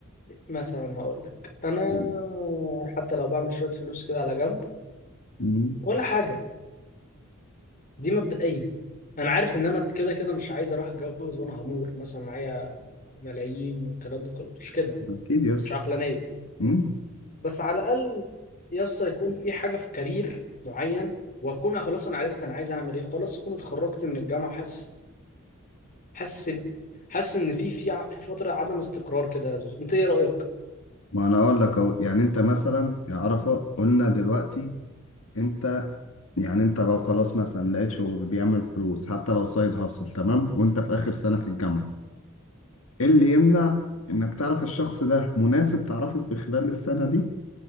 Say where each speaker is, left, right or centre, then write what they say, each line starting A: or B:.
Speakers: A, on the left; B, on the left.
A: مثلا هقول لك انا
B: مم.
A: حتى لو بعمل شوية فلوس كده على جنب
B: مم.
A: ولا حاجة دي مبدئيا انا عارف ان انا كده كده مش عايز اروح اتجوز وانا همور مثلا معايا ملايين والكلام ده كله مش كده
B: أكيد يا اسطى
A: مش عقلانية
B: مم.
A: بس على الاقل يسطا يكون في حاجة في كارير معين واكون خلاص انا عرفت انا عايز اعمل ايه خلاص اكون اتخرجت من الجامعة وحاسس حاسس ب- حاسس ان في في ع- في فتره عدم استقرار كده يا زوز انت ايه رايك
B: ما أنا أقول لك أهو يعني أنت مثلا يا عرفة قلنا دلوقتي أنت يعني انت لو خلاص مثلا لقيت شغل بيعمل فلوس حتى لو سايد هاسل تمام وانت في اخر سنة في الجامعة ايه اللي يمنع انك تعرف الشخص ده مناسب تعرفه في خلال السنة دي